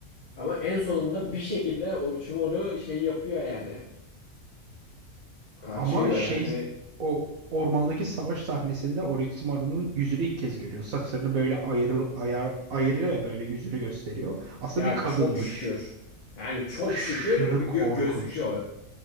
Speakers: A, on the left; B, on the right.
A: Ama en sonunda bir şekilde Orochimaru şey yapıyor yani. Kaçıyor
B: Ama şey
A: yani.
B: o ormandaki savaş sahnesinde Orochimaru'nun yüzünü ilk kez görüyor. Saçlarını böyle ayır, ayar, ayırıyor ya böyle yüzünü gösteriyor. Aslında
A: Ya
B: bir kadınmış.
A: çok şükür. Yani çok
B: Aşırı
A: şükür gö-
B: korkunçtu.
A: gözüküyor.